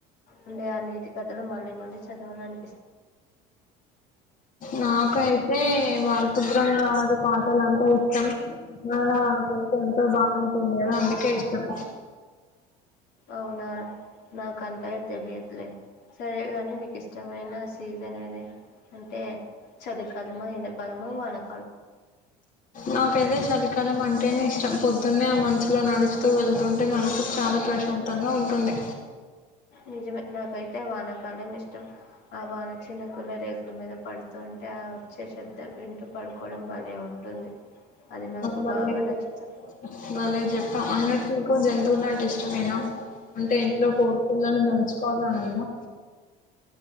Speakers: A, on the left; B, on the left.
A: ఉండే ఆ నీతికతలు మళ్ళీ మళ్ళీ చదవాలని
B: నాకయితే వాళ్ళతో శుభ్రంగాది పాటలు అంతా వస్తాను అవునా అందుక ఎంతో బాగుంటుంది అ అందుకే ఇష్టం
A: అవునా నాకు అంతగా తెలియదులే సరేగాని నకు ఇష్టమైన సీజ అనేది అంటే చలి కాలమా ఎన్న కాలమా వనకు
B: నాకైతే చలికాలం అంటేనే ఇష్టం పొద్దున్నే ఆ మంచులో నడుస్తూ వెళ్తుంట అంటే మనసు చాలా ప్రశాంతంగా ఉంటుంది
A: నిజమే నాకైతే వానకాలం ఇష్టం ఆ వాన చినకుల రేకుల మీద పడుతుంది ఇంట వచ్చే శబ్ద్దం ఇంటూ పడుకోవడం బలే ఉంటుంది అది నాకు
B: బల
A: బాగా నచ్చుతుంది
B: చెప్ప బలే చెప్పా అన్నకు జం ఎన్నంటే ఇష్టమేనా అంటే ఇంట్లో కోడి పిల్లలు పెంచ్చుకోవాలనన్నా